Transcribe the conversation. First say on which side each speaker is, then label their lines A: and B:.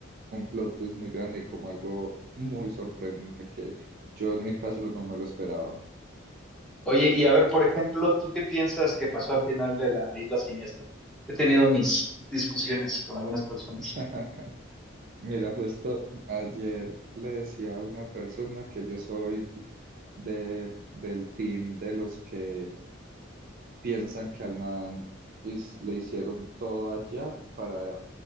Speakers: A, on the right; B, in the centre.
A: un plot twist muy grande, como algo muy sorprendente que yo en mi caso no me lo esperaba.
B: Oye, y a ver, por ejemplo, ¿tú qué piensas que pasó al final de la Isla Siniestra? He tenido mis discusiones con algunas personas.
A: <laughs> Mira, justo ayer le decía a una persona que yo soy de, del team de los que piensan que al man is- le hicieron todo allá para